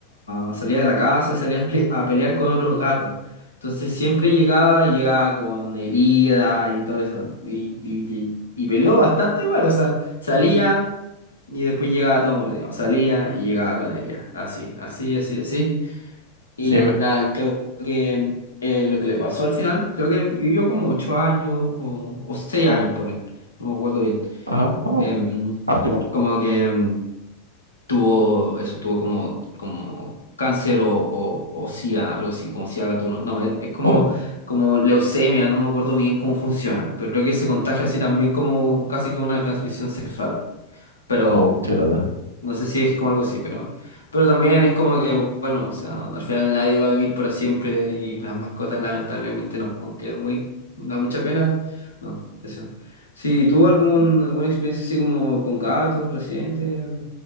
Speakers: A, on the left; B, on the right.
A: a- salía de la casa y salía a, pe- a pelear con otros gatos. Entonces siempre llegaba y llegaba con heridas y todo eso. Y, y, y, y peleó bastante igual, o sea, salía y después llegaba todo mordido. Salía y llegaba con heridas. Así, así, así, así. Y
B: Sí, me-
A: nada, y creo que eh, lo que le pasó al final, creo que vivió como ocho años o, o 6 años, ponle. No me acuerdo bien
B: ajá, oh,
A: em,
B: harto igual.
A: como que em, tuvo eso, tuvo como, como cáncer o, o, o SIDA, algo así, como SIDA gatuno. No, es, es como,
B: <coughs>
A: como leucemia, no me acuerdo bien cómo funciona, pero creo que se contagia así también como casi que una transmisión sexual. Pero
B: Oh, oh, mucha lata.
A: no sé si es como algo así, pero, pero también es como que, bueno, o sea, al final nadie va a vivir para siempre y las mascotas lamentablemente no, aunque es muy, da mucha pena, no, eso. Si tuvo algún, alguna experiencia así como con gatos reciente, al-